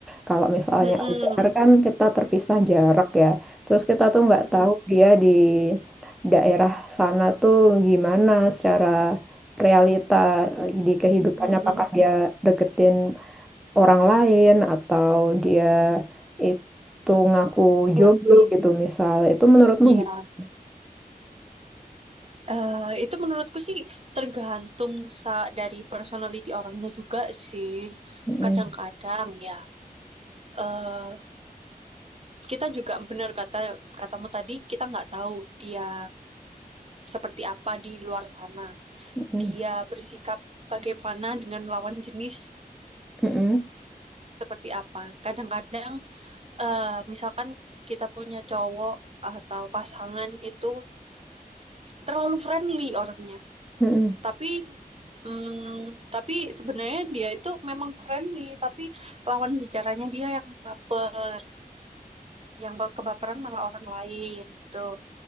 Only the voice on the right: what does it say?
Mm-mm.
Mm-mm.
Mm-mm.
lagi
Iya,
Eh, itu menurutku sih tergantung sa dari personality orangnya juga sih.
Kadang-kadang ya, eh, kita juga benar kata katamu tadi kita nggak tahu dia seperti apa di luar sana
dia bersikap bagaimana dengan lawan jenis
seperti apa kadang-kadang uh, misalkan kita punya cowok atau pasangan itu terlalu friendly orangnya
tapi hmm, tapi sebenarnya dia itu memang friendly tapi lawan bicaranya dia yang baper yang ba- kebaperan malah orang lain itu